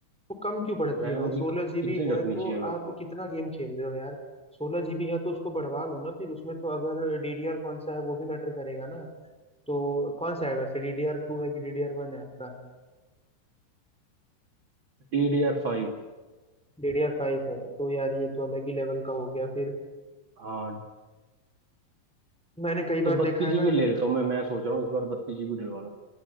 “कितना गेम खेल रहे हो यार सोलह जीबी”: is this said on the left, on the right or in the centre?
Centre